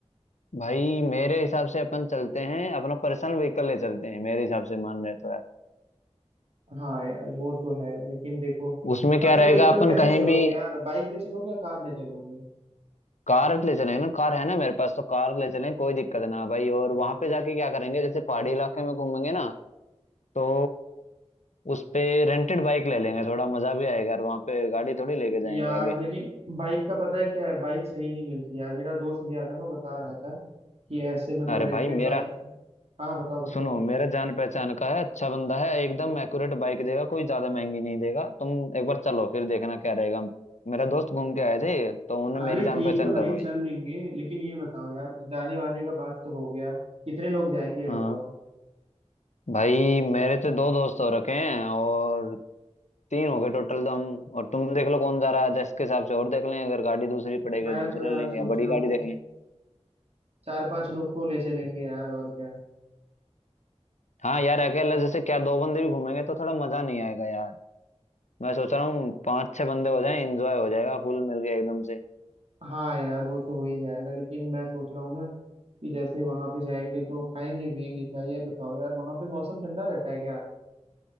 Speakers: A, on the left; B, on the right.
A: भाई मेरे हिसाब से अपन चलते हैं अपना पर्सनल व्हीकल ले चलते हैं मेरे हिसाब से मान रहे तो यार
B: हाँ यार वो तो है लेकिन देखो
A: उसमें
B: पर्सनल
A: क्या रहेगा
B: व्हीकल
A: अपन
B: कैसे
A: कहीं
B: चलोगे
A: भी
B: यार बाइक ले चलोगे या कार ले चलोगे
A: कार ले चलेंगे ना कार है ना मेरे पास तो कार ले चलेंगे कोई दिक्कत ना भाई और वहां पे जाके क्या करेंगे जैसे पहाड़ी इलाके में घूमेंगे ना तो उस पे रेंटेड बाइक ले लेंगे थोड़ा मजा भी आएगा और वहां पे गाड़ी थोड़ी लेके जाएंगे
B: यार
A: आगे
B: लेकिन बाइक का पता है क्या है बाइक सही नहीं मिलती यार मेरा दोस्त गया था ना वो बता रहा था कि ऐसे मतलब
A: अरे
B: रेंटेड
A: भाई मेरा
B: बाइक हाँ बताओ बताओ
A: सुनो मेरा जान पहचान का है अच्छा बंदा है एकदम एक्यूरेट बाइक देगा कोई ज्यादा महंगी नहीं देगा तुम एक बार चलो फिर देखना क्या रहेगा मेरा दोस्त घूम के आए थे तो उन्होंने
B: अरे
A: मेरी जान
B: ठीक
A: पहचान
B: है
A: करवाई
B: भाई चल लेंगे लेकिन ये बताओ यार जाने वाने का बात तो हो गया कितने लोग जाएंगे ये
A: हाँ
B: बताओ
A: भाई मेरे तो दो दोस्त हो रखे हैं और तीन हो गए टोटल तो हम और तुम देख लो कौन जा रहा है जैसे के हिसाब से और देख लें अगर गाड़ी दूसरी पड़ेगी
B: मैं
A: तो दूसरे
B: तो यार
A: लेंगे
B: सोच
A: या बड़ी
B: रहा
A: गाड़ी
B: हूँ
A: देख लें
B: चार पांच लोग को ले चलेंगे यार और क्या
A: हाँ यार अकेला जैसे क्या दो बंदे भी घूमेंगे तो थोड़ा मजा नहीं आएगा यार मैं सोच रहा हूँ पांच छह बंदे हो जाएं एंजॉय हो जाएगा फुल मिल के एकदम से
B: हाँ यार वो तो हो ही जाएगा लेकिन मैं सोच रहा हूँ ना कि जैसे वहां पे जाएंगे तो खाएंगे पियेंगे क्या ये बताओ यार वहां पे मौसम ठंडा रहता है क्या